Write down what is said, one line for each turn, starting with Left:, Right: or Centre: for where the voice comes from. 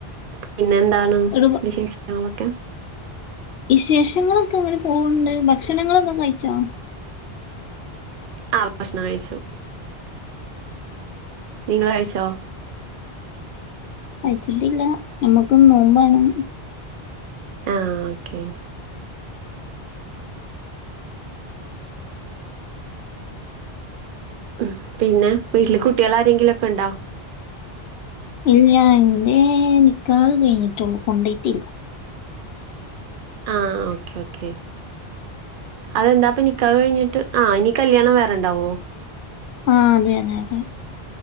Right: പിന്നെ എന്താണ്
Left: ഒരു ബ-
Right: വിശേഷങ്ങളൊക്കെ
Left: വിശേഷങ്ങളൊക്കെ അങ്ങനെ പോവണ്ട് ഭക്ഷണങ്ങളൊക്കെ കഴിച്ചോ
Right: ആ ഭക്ഷണം കഴിച്ചു നിങ്ങൾ കഴിച്ചോ
Left: കഴിച്ചിട്ടില്ല നമ്മുക്കിന്ന് നോമ്പാണ്
Right: ആ ഓക്കെ ഉ പിന്നെ വീട്ടില് കുട്ടികൾ ആരെങ്കിലുമൊക്കെ ഉണ്ടോ
Left: ഇല്ല എന്റെ നിക്കാഹ് കഴിഞ്ഞിട്ടുള്ളൂ കൊണ്ടയിട്ടില്ല
Right: ആ ഓക്കെ ഓക്കെ അതെന്താപ്പൊ നിക്കാ കഴിഞ്ഞിട്ട് ആഹ് ഇനി കല്യാണം വേറെണ്ടാവോ
Left: ആ അതെ അതെ അതെ